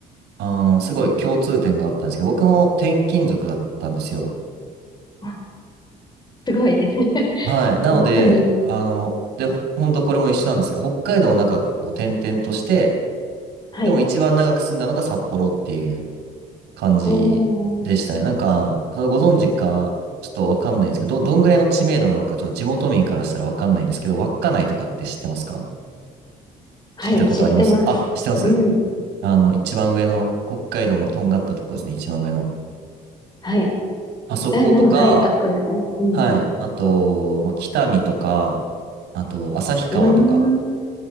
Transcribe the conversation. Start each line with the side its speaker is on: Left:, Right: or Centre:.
Right: あの、すごい共通点があったんですけど、僕も転勤族だったんですよ。
Left: あ、すごい。<laughs>
Right: はい。なので、
Left: 本当に。
Right: あの、で、ほほんとこれも一緒なんですけど、北海道の中を転々として、
Left: はい。
Right: でも一番長く住んだのが札幌っていう感じでしたね。
Left: おー。
Right: なんか、そのご存知か、ちょっとわかんないんですけど、ど、どんぐらいの知名度なのか、ちょっと地元民からしたらわかんないんですけど、稚内とかって知ってますか
Left: はい、
Right: 聞いたことありますあ、
Left: 知ってます。
Right: 知ってます
Left: うん。
Right: あの、一番上の、北海道のとんがったところですね、一番上の。
Left: はい。
Right: あそことか、
Left: うん、うん、はい。あそこですね。うん。
Right: はい、あと、まあ、北見とか、あと、旭川とか
Left: うーん。